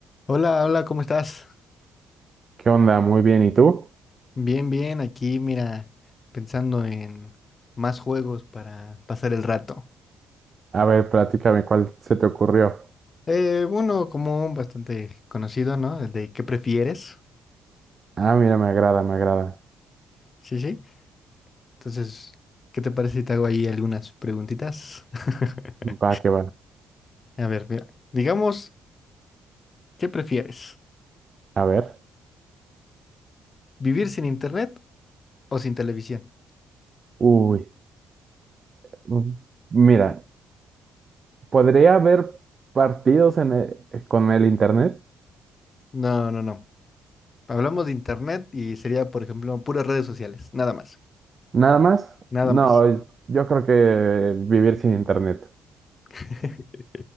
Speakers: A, on the left; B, on the right.
A: Hola, hola, ¿cómo estás?
B: ¿Qué onda? Muy bien, ¿y tú?
A: Bien, bien, aquí mira, pensando en más juegos para pasar el rato.
B: A ver, platícame cuál se te ocurrió.
A: Eh, uno común, bastante conocido, ¿no? El de ¿qué prefieres?
B: Ah, mira, me agrada, me agrada.
A: Sí, sí. Entonces, ¿qué te parece si te hago ahí algunas preguntitas? <laughs>
B: Va, que va.
A: A ver, mira, digamos, ¿qué prefieres?
B: A ver.
A: ¿Vivir sin internet o sin televisión?
B: Uy, mm, mira, ¿podría haber partidos en e- eh, con el internet?
A: No, no, no. Hablamos de internet y sería, por ejemplo, puras redes sociales, nada más,
B: ¿Nada más?
A: nada
B: No,
A: más.
B: yo creo que vivir sin internet.
A: <laughs>